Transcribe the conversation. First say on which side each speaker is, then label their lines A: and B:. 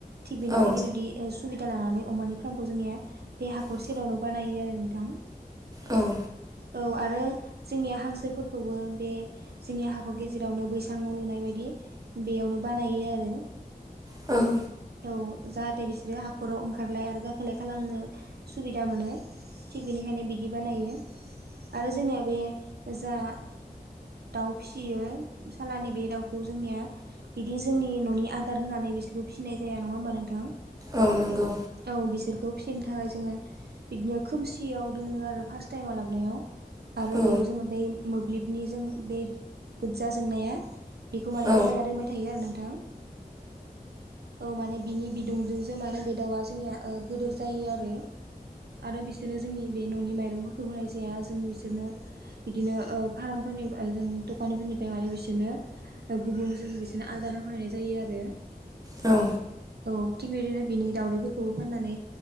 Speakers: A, on the right; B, on the right.
A: थिग बेनिखायनो
B: औ
A: बिबदि सुबिदा लानानै अमानि फार्मखौ जोंनिया बे हाखर
B: औ
A: सेरावनो बानायो आरो नोंथां
B: औ
A: औ आरो जोंनि हांसोफोरखौबो बे जोंनि हाखर गेजेरावनो बैसां न लुनाय बायदि बेयावनो बानायो आरो
B: बेनिखायनो
A: औ जाहाथे बिसोरो हाखराव ओंखारलाय आरो गाखोलाय खालामनो सुबिदा मोनो थिग बेनिखायनो बिदि बानायो आरो जोंनिया बे जा दाउ फिसियो सालानि बे दाउखौ जोंनिया बिदि जोंनि न'नि आदार होनानै बिसोरखौ फिसिनाय जाया नङा होमबा नोंथां
B: औ नंगौ
A: औ बिसोरखौ फिसिनो थाखाय जोङो बिदिनो सियाव दोनों आरो फारस्ट टाइम लाबोनायाव आरो
B: औ
A: बेयाव जोङो बे मोब्लिबनिजों बे गोजा जोंनाया बेखौ माने
B: औ
A: लगायना दोनबाय थायो आरो नोंथां औ माने बिनि बिदुंजोंसो माने बे दाउआ जोंनिया गिदोर जायो आरो आरो बिसोरनो जोंनि बे न'नि माइरंफोरखौ होनाय जाया जों बिसोरनो बिदिनो ओ फार्मफोरनि जों दखानफोरनिफ्राय माने बिसोरनो गुबुन जों बिसोर बिदिनो आदार होफैनाय जायो आरो
B: औ
A: औ थिग बिदिनो बिनि दाउदैफोरखौबो फाननानै